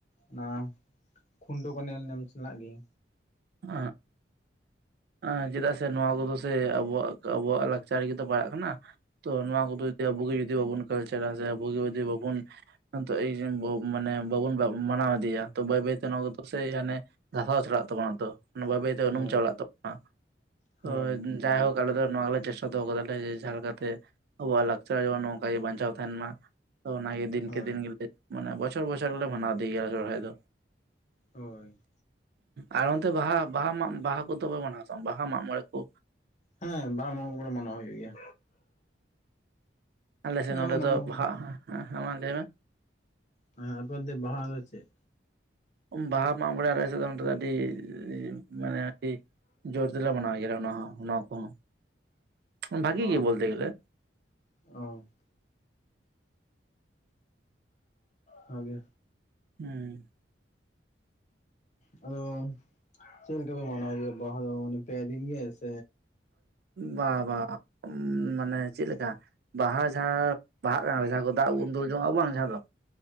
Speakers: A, on the left; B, on the right.
A: ᱚᱱᱟ ᱠᱷᱩᱱᱰᱳ ᱠᱚ ᱧᱮᱞ ᱱᱟᱢ ᱪᱟᱞᱟᱜ ᱜᱤᱭᱤ?
B: ᱟᱸᱻ ᱦᱟᱸ ᱮᱸ ᱪᱮᱫᱟᱜ ᱥᱮ ᱱᱚᱣᱟ ᱠᱚᱫᱚ ᱥᱮ ᱟᱵᱚᱣᱟᱜ ᱟᱫᱚ ᱟᱵᱚᱣᱟᱜ ᱞᱟᱠᱪᱟᱨ ᱨᱮ ᱜᱮᱛᱚ ᱯᱟᱲᱟᱜ ᱠᱟᱱᱟ ᱛᱚ ᱱᱚᱣᱟ ᱠᱚᱫᱚ ᱡᱩᱫᱤ ᱟᱵᱚ ᱜᱮ ᱡᱩᱫᱤ ᱵᱟᱵᱚᱱ ᱠᱟᱞᱪᱟᱨᱟ ᱥᱮ ᱟᱵᱚ ᱜᱮ ᱡᱩᱫᱤ ᱵᱟᱵᱩᱱ ᱚᱱᱛᱚ ᱮᱭᱡᱮᱱ ᱵᱟᱵ ᱢᱟᱱᱮ ᱵᱟᱵᱩᱱ ᱢᱟᱱᱟᱣ ᱤᱫᱤᱭᱟ ᱛᱚ ᱵᱟᱹᱭ ᱵᱟᱹᱭ ᱛᱮ ᱱᱚᱣᱟ ᱠᱚᱫᱚ ᱥᱮ ᱦᱟᱸᱱᱮ ᱫᱷᱟᱥᱟᱣ ᱪᱟᱞᱟᱜ ᱛᱟᱵᱚᱱᱟ ᱛᱚ ᱚᱱᱟ ᱵᱟᱹᱭ ᱵᱟᱹᱭ ᱛᱮ ᱩᱱᱩᱢ
A: ᱦᱳᱭ
B: ᱪᱟᱞᱟᱜ ᱛᱟᱵᱚᱱᱟ
A: ᱦᱳᱭ
B: ᱛᱚ ᱡᱟᱭᱦᱳᱠ ᱟᱞᱮ ᱫᱚ ᱱᱚᱣᱟ ᱜᱮᱞᱮ ᱪᱮᱥᱴᱟ ᱫᱚᱦᱚ ᱟᱠᱟᱫᱟ ᱞᱮ ᱡᱮ ᱡᱟᱦᱟᱸ ᱞᱮᱠᱟ ᱛᱮ ᱟᱵᱚᱣᱟᱜ ᱞᱟᱠᱪᱟᱨ ᱡᱮᱢᱚᱱ ᱱᱚᱝᱠᱟ-ᱜᱮ ᱵᱟᱧᱪᱟᱣ ᱛᱟᱸᱦᱮᱱ ᱢᱟ ᱛᱚ ᱚᱱᱟ ᱜᱮ ᱫᱤᱱ
A: ᱦᱳᱭ
B: ᱠᱮ ᱫᱤᱱ ᱜᱮᱞᱮ ᱢᱟᱱᱮ ᱵᱚᱪᱷᱚᱨ ᱵᱚᱪᱷᱚᱨ ᱜᱮᱞᱮ ᱢᱟᱱᱟᱣ ᱤᱫᱤᱭ ᱜᱮᱭᱟ ᱥᱚᱨᱦᱟᱭ ᱫᱚ
A: ᱦᱳᱭ
B: ᱟᱨ ᱚᱱᱛᱮ ᱵᱟᱦᱟ ᱵᱟᱦᱟ ᱢᱟᱜ ᱵᱟᱦᱟ ᱠᱚᱫᱚ ᱯᱮ ᱢᱟᱱᱟᱣᱟ ᱥᱮ ᱵᱟᱝ ᱵᱟᱦᱟ ᱢᱟᱜ ᱢᱚᱬᱮ ᱠᱚ?
A: ᱦᱮᱸ ᱵᱟᱦᱟ ᱢᱟᱜ ᱢᱚᱬᱮ ᱢᱟᱱᱟᱣ ᱦᱩᱭᱳᱜ ᱜᱮᱭᱟ
B: ᱟᱞᱮ ᱥᱮᱜ
A: ᱚᱱᱟ
B: ᱱᱚᱸᱰᱮ
A: ᱦᱚᱸ ᱢᱟᱱᱟᱣ
B: ᱫᱚ
A: ᱦᱩᱭᱩᱜ
B: ᱵᱷᱟᱜ ᱦᱮᱸ ᱦᱟᱢᱟᱫᱮᱨ
A: ᱦᱮᱸ ᱟᱯᱮ ᱚᱱᱛᱮ ᱵᱟᱦᱟ ᱟᱫᱚ ᱪᱮᱫ?
B: ᱵᱟᱦᱟ ᱢᱟᱜ ᱢᱚᱬᱮ ᱟᱞᱮ ᱥᱮᱫ ᱫᱚ ᱱᱚᱱᱛᱮ ᱫᱚ ᱫᱚ ᱟᱹᱰᱤ ᱢᱟᱱᱮ ᱟᱹᱰᱤ ᱡᱳᱨ ᱛᱮᱞᱮ ᱢᱟᱱᱟᱣ ᱜᱮᱭᱟᱞᱮ ᱱᱚᱣᱟ ᱦᱚᱸ ᱱᱚᱣᱟ ᱠᱚᱦᱚᱸ ᱵᱷᱟᱜᱤ
A: ᱚ
B: ᱜᱮ ᱵᱚᱞᱛᱮ ᱜᱮᱞᱮ
A: ᱚ ᱦᱷᱟᱜᱮ
B: ᱦᱩᱸ
A: ᱟᱫᱚ ᱪᱮᱫ ᱞᱮᱠᱟ ᱯᱮ ᱢᱟᱱᱟᱣ ᱜᱮᱭᱟ ᱵᱟᱦᱟ ᱫᱚ ᱢᱟᱱᱮ ᱯᱮ ᱫᱤᱱ ᱜᱮ ᱥᱮ?
B: ᱵᱟᱸ ᱵᱟ ᱢᱟᱱᱮ ᱪᱮᱜ ᱞᱮᱠᱟ ᱵᱟᱦᱟ ᱡᱟᱦᱟᱸ ᱵᱟᱦᱟᱜ ᱠᱟᱱᱟ ᱞᱮ ᱡᱟᱦᱟᱸ ᱠᱚ ᱫᱟᱜ ᱵᱚᱱ ᱫᱩᱞ ᱡᱚᱝᱟᱜ-ᱟ ᱵᱟᱝ ᱡᱟᱦᱟᱸ ᱫᱚ